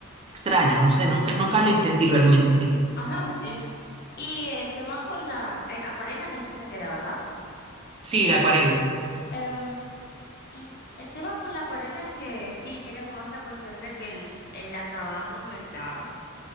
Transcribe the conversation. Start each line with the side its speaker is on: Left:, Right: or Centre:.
Right: Extraño, no sé, nunca, nunca le entendí realmente. <laughs>
Left: <laughs> Ajá, sí. Y el tema con la eh, acuarela me dijiste que era, ¿verdad?
Right: Sí, la acuarela.
Left: Em, l- el tema con la acuarela es que sí, tiene como esta cuestión de que el, el acabado de la